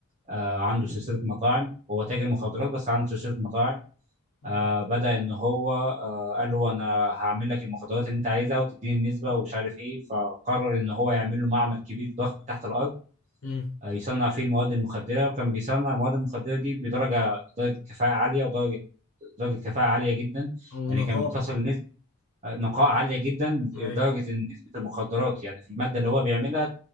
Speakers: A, on the right; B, on the left.
A: آه، عنده سلسله مطاعم هو تاجر مخدرات بس عنده سلسله مطاعم
B: مم.
A: آه، بدأ ان هو آه، قال له انا هعمل لك المخدرات اللي انت عايزها وتديني النسبه ومش عارف ايه فقرر ان هو يعمل له معمل كبير ضخم تحت الارض
B: مم.
A: يصنع فيه المواد المخدره وكان بيصنع المواد المخدره دي بدرجه درجه كفاءه عاليه ودرجه درجه كفاءه عاليه جدا
B: هو
A: يعني
B: نقاء
A: كان بتصل نسبه نقاء عاليه جدا لدرجه
B: ايوه
A: ان نسبه المخدرات يعني في الماده اللي هو بيعملها